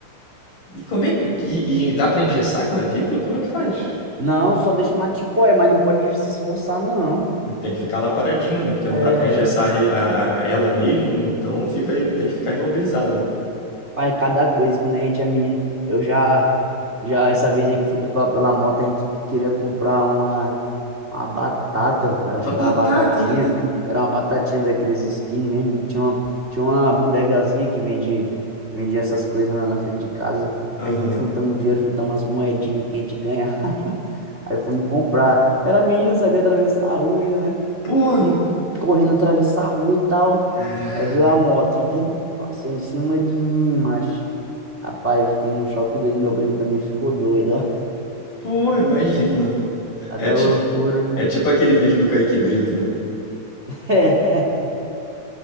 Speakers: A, on the left (about 85°); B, on the right (about 20°).
A: E como é que. E, e dá pra engessar a clavícula? Como é que faz?
B: Não, só deixa mais tipo, é, mas não pode se esforçar, não.
A: Tem que ficar lá paradinho, né? Porque não
B: É,
A: dá pra engessar a re- a- a- ela mesmo, né? Então fica, aí- tem que ficar imobilizado, né?
B: pai, cada coisa, quando a gente é menino, eu já, já, essa vez aí que eu fui tripar pela moto, a gente queria comprar uma, uma batata, era,
A: Uma
B: acho que
A: batata!
B: era uma batatinha, era uma batatinha daqueles skinny mesmo, tinha uma, tinha uma bodegazinha que vende, vendia essas coisas lá na frente de casa,
A: Aham.
B: aí a gente juntamos dinheiro, juntamos umas moedinhas que a gente ganhava Aí fomos comprar. Era menino, sabia atravessar a rua ainda, né?
A: Pô!
B: Fui correndo atravessar a rua e tal.
A: Caraca!
B: Aí veio a moto, flum, passou em cima de mim, macho. Rapaz, fiquei num choque doido. Meu primo também ficou doido, ó.
A: Pô, imagina!
B: A
A: É,
B: da
A: ti-
B: loucura.
A: é
B: <laughs>
A: tipo aquele vídeo do Kaique Brito, né?
B: É.